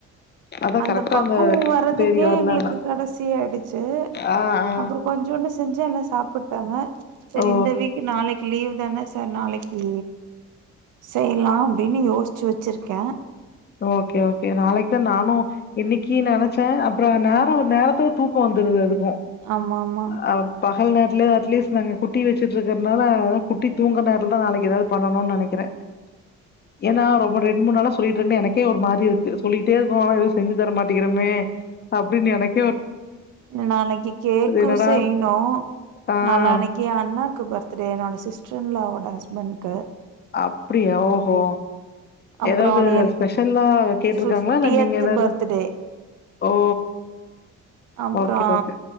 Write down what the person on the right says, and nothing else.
அந்த
பக்கவொ வரதுக்கே
எங்களுக்கு கடைசி ஆயிடுச்சு
அப்றொ கொஞ்சோன்னு செஞ்சோ எல்லா சாப்புட்டாங்க சேரி
இந்த வீக்கு நாளை க்கி லீவ் தானே சோ நாளைக்கி செய்லா அப்டின்னு யோசுச்சு வச்சுருக்கே
ஆமா ஆமாங்
நாளக்கி கேக்கு
செய்னு
நாளான்னக்கி எ அண்ணாக்கு பர்த்டே என்னோட சிஸ்ட்ரின்லா வோட ஹஸ் பன்ட்கு
அப்றோ
என்
ஃபிஃப்டியத்
பர்த்டே
அப்றோ